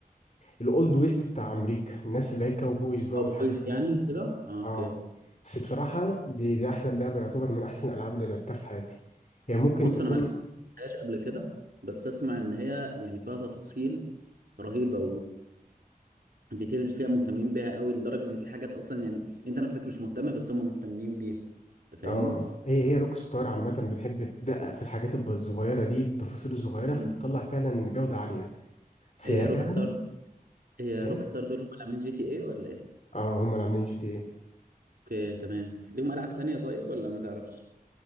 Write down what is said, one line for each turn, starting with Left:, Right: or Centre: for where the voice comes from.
Left: الاولد ويست بتاع امريكا الناس اللي هي كاوبويز بقى
Right: او
Left: والحاجات
Right: بويز
Left: دي
Right: يعني كده آه، اوكي
Left: اه بس بصراحة دي دي أحسن لعبة يعتبر من أحسن الألعاب اللي لعبتها في حياتي هي ممكن
Right: بص
Left: تكون
Right: انا ما لعبتهاش قبل كده بس اسمع ان هي يعني فيها تفاصيل رهيبه ديتيلز فيها مهتمين بيها قوي لدرجه ان في حاجات اصلا يعني انت نفسك مش مهتم بس هم مهتمين بيها انت فاهمني
Left: اه هي هي روك ستار عامة بتحب تدقق في الحاجات الب- الصغيرة دي التفاصيل الصغيرة
Right: مم.
Left: فبتطلع فعلا جودة عالية بس
Right: هي
Left: هي
Right: روك
Left: فعلا
Right: ستار هي
Left: ايه
Right: روك ستار دول هم اللي عاملين جي تي اي ولا ايه
Left: اه هم اللي عاملين جي تي ايه
Right: اوكي تمام ليهم العاب تانية طيب ولا ما تعرفش